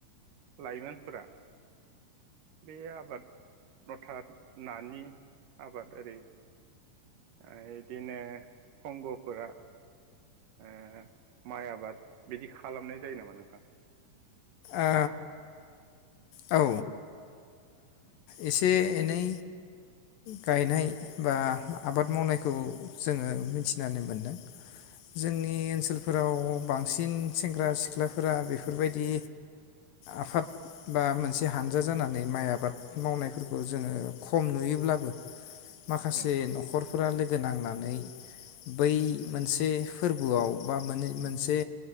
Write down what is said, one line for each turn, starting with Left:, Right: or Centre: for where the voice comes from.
Right: लाइमोनफोरा बे आबाद मथा नानि आबाद ओरै ओ इदिनो हंग'फोरा ओ माइ आबाद बिदि खालामनाय जायो नामा नोंथां?
Left: ओ औ एसे एनै गायनाय बा आबाद मावनायखौ जोङो मिथिनानै मोनदों। जोंनि ओनसोलफोराव बांसिन सेंग्रा सिख्लाफोरा बेफोरबायदि आफाद बा मोनसे हानजा जानानै माइ आबाद मावनायफोरखौ जोङो खम नुयोब्लाबो माखासे
Right: उम
Left: न'खरफोरा लोगो नांनानै बै मोनसे फोरबोआव बा मोने मोनसे